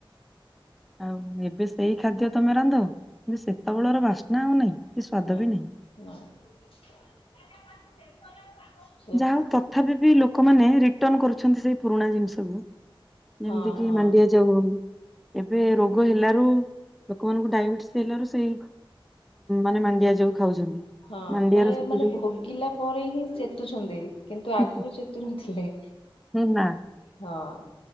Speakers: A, in the centre; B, on the left.
A: ଆଉ ଏବେ ସେଇ ଖାଦ୍ୟ ତମେ ରାନ୍ଧ କିନ୍ତୁ ସେତେବେଳର ବାସ୍ନା ଆଉ ନାହିଁ କି ସ୍ୱାଦ
B: ନା
A: ବି ନାହିଁ।
B: <unintelligible>
A: ଯାହା ହଉ ତଥାପି ବି ଲୋକମାନେ ରିଟର୍ଣ୍ଣ କରୁଛନ୍ତି ସେଇ ପୁରୁଣା ଜିନିଷକୁ। ଯେମିତି
B: ହଁ
A: କିି
B: ହଁ
A: ମାଣ୍ଡିଆ ଯାଉ ଏବେ ରୋଗ ହେଲାରୁ ଲୋକମାନଙ୍କୁ ଡାଇବେଟିସ୍ ତେଲ ର ସେଇ ମାନେ ମାଣ୍ଡିଆ ଯୋଉ ଖାଉଛନ୍ତି
B: ହଁ
A: ମାଣ୍ଡିଆର
B: ମାନେ
A: ସବୁ
B: ମାନେ
A: ଯୋଉ
B: ଭୋଗିଲା ପରେ ହିଁ ଚେତୁଛନ୍ତି କିନ୍ତୁ
A: ହୁଁ,
B: ଆଗରୁ ଚେତୁନଥିଲେ।
A: <unintelligible>
B: ହଁ।